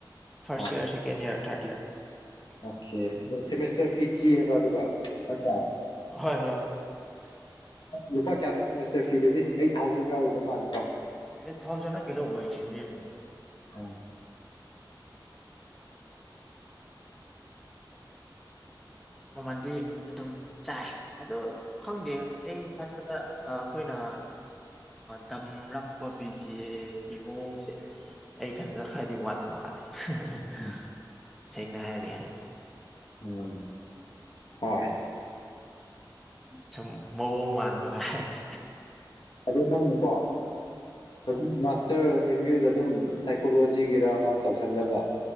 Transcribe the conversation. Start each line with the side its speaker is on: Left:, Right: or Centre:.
Centre: ꯐꯥꯔꯁ
Left: ꯑꯣ
Centre: ꯏꯔ ꯁꯀꯦꯟ ꯏꯔ ꯊꯗꯌꯥ
Left: ꯑꯣꯀꯦ ꯁꯦꯃꯦꯁꯇꯔ ꯐꯤ ꯊꯤꯑꯕ ꯑꯗꯨꯒ ꯅꯠꯇ꯭ꯔꯥ
Centre: ꯍꯣꯏ ꯍꯣꯏ
Left: ꯂꯨꯄꯥ ꯀꯌꯥꯅꯣ ꯁꯤꯦꯃꯦꯁꯇꯔ ꯐꯤꯗꯨꯗꯤ ꯑꯩꯠ ꯊꯥꯎꯖꯟ ꯌꯥꯎꯕ ꯃꯥꯜꯂꯦꯀꯣ
Centre: ꯑꯦꯠ ꯊꯥꯎꯖꯟꯗ ꯀꯩꯅꯣ ꯑꯣꯏꯔꯤꯕꯅꯦ ꯎ
Left: ꯎꯝ
Centre: ꯃꯃꯜꯗꯤ ꯑꯗꯨꯝ ꯆꯥꯏ ꯑꯣ ꯍꯪ ꯗ ꯑꯩ ꯈ ꯑ ꯑꯩꯈꯣꯏꯅ ꯇꯝꯂꯛꯄ ꯕꯤꯕꯤꯦꯒꯤ ꯃꯑꯣꯡꯁꯦ ꯑꯩ ꯈꯟꯕꯗ ꯈꯔꯗꯤ ꯋꯥꯠꯄ ꯃꯥꯜꯂꯦ <unintelligible>
Left: ꯎꯝ
Centre: ꯁꯦꯡꯅ ꯍꯥꯏꯔꯔꯦ
Left: ꯎꯝ ꯍꯣꯏ
Centre: ꯁꯨꯝ ꯃꯑꯣꯡ ꯃꯥꯟꯕ ꯀꯥꯏꯔꯗꯤ
Left: ꯑꯗꯨꯏ ꯅꯪꯅꯤꯀꯣ ꯍꯧꯖꯤꯛ ꯃꯥꯁꯇꯔ ꯑꯦꯝ ꯌꯨꯗ ꯑꯗꯨꯝ ꯁꯥꯏꯀꯣꯂꯣꯖꯤꯒꯤꯔꯥ ꯑꯃ ꯇꯧꯁꯜꯂꯒ